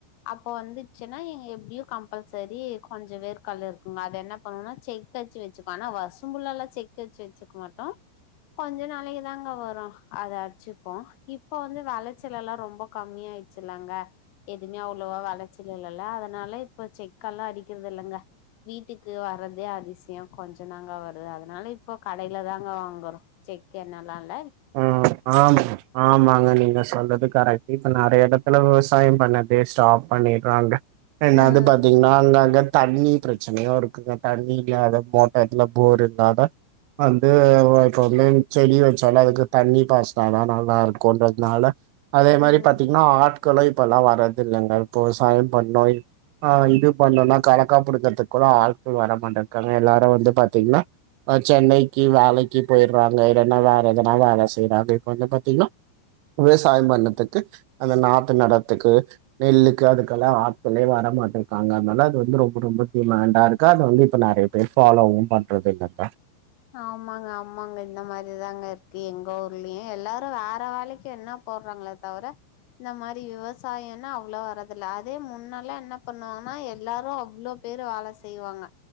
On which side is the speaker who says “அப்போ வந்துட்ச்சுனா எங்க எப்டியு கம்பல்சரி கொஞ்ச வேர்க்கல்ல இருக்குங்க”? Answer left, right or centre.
Left